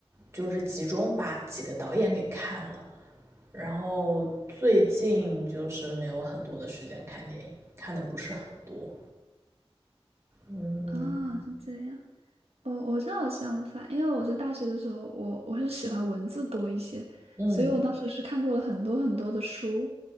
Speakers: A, on the right; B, on the right.
A: 就是集中把几个导演给看了，然后最近就是没有很多的时间看电影，看的不是很多。嗯
B: 啊，是这样。我我正好相反，因为我在大学的时候，我我是喜欢文字多一些，
A: 嗯
B: 所以我当时是看过了很多很多的书。